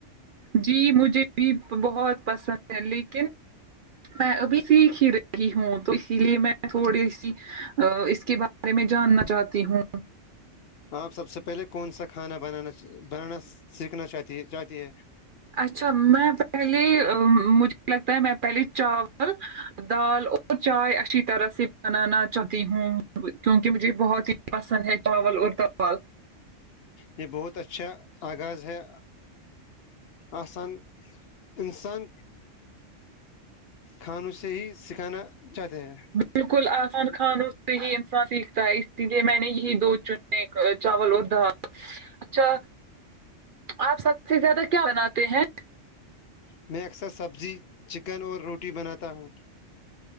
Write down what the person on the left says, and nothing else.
آپ سب سے پہلے کون سا کھانا بنانا بنانا سیکھنا چاہتی ہے چاہتی ہے
یہ بہت اچھا آغاز ہے آان انسان کھانوں سے ہی سکھانا چاہتے ہیں
میں اکثر سبزی چکن اور روٹی بناتا ہوں